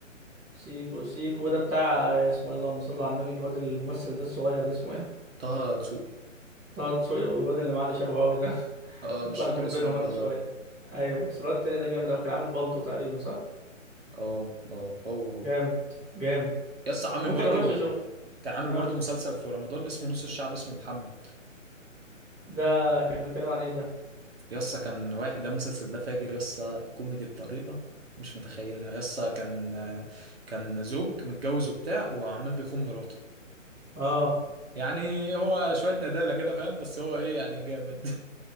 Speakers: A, in the centre; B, on the right.
A: سيكو سيكو ده بتاع اسمه إيه؟ اللهم صل على النبي الواد الممثل ده الصغير ده اسمه ايه
B: طه دسوقي
A: طه دسوقي والواد اللي معاه اللي شبهه قوي ده <laughs>
B: اه
A: بتلخبط
B: مش فاكر
A: بينهم
B: اسمه ايه
A: انا
B: والله
A: شويه ايوه بس الواد التاني ده جامد قوي كان عامل بالطو تقريبا صح
B: اه اه هو هو
A: جامد جامد
B: يا اسطى عامل
A: ممكن
B: برضو
A: اخش اشوف
B: كان عامل
A: اه
B: برضو مسلسل في رمضان اسمه نص الشعب اسمه محمد
A: ده كان بيتكلم عن ايه ده
B: يا اسطى كان واحد ده المسلسل ده فاجر يا اسطى كوميدي بطريقه مش متخيلها يا اسطى كان كان زوج متجوز وبتاع وعمال بيخون مراته
A: اه
B: يعني هو شوية ندالة كده فاهم بس هو ايه يعني جامد